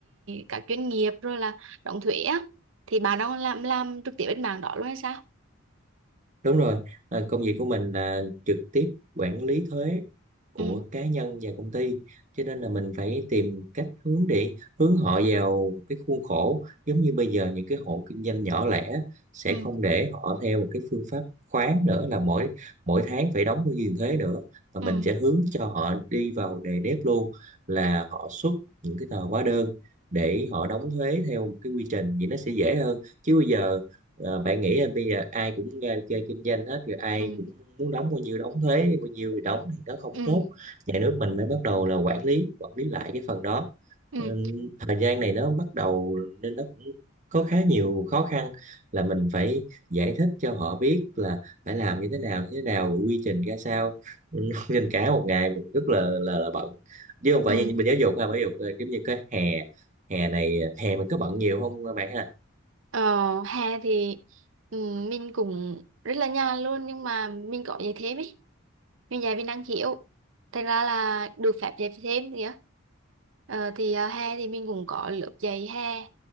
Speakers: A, on the right (about 65°); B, on the right (about 35°).
A: các doanh nghiệp rồi là đóng thuế á thì bà đang làm làm trực tiếp bên mảng đó luôn hay sao
B: đúng rồi à, công việc của mình là trực tiếp quản lý thuế của
A: ừ
B: cá nhân và công ty cho nên là mình phải tìm cách hướng để hướng họ vào cái khuôn khổ giống như bây giờ những cái hộ kinh doanh nhỏ lẻ sẽ
A: ừ
B: không để họ theo một cái phương pháp khoán nữa là mỗi mỗi tháng phải đóng bao nhiêu tiền thuế nữa mà
A: ừ
B: mình sẽ hướng cho họ đi vào nề nếp luôn là họ xuất những cái tờ hóa đơn để họ đóng thuế theo một cái quy trình vậy nó sẽ dễ hơn chứ bây giờ Ờ, bạn nghĩ là bây giờ ai cũng ra chơi kinh doanh hết rồi ai
A: ừ
B: cũng muốn đóng bao nhiêu đóng thuế bao nhiêu thì đóng thì nó không
A: ừ
B: tốt
A: ừ
B: nhà nước mình mới bắt đầu là quản lý quản lý lại cái phần đó
A: ừ
B: Ừ, thời gian này nó bắt đầu nên nó cũng có khá nhiều khó khăn là mình phải giải thích cho họ biết là phải làm như thế nào như thế nào quy trình ra sao Ừ, <laughs> nên cả một ngày mình rất là là, là bận chứ không phải
A: ừ.
B: như mình giáo dục ha giáo dục là giống như cái hè hè này ờ, hè mình có bận nhiều không bạn ha
A: Ờ, hè thì ừ, mình cũng rất là nhàn luôn nhưng mà mình có dạy thêm ấy mình dạy mình năng khiếu thành ra là được phép dạy thêm kìa ờ, thì à, hè thì mình cũng có lớp dạy hè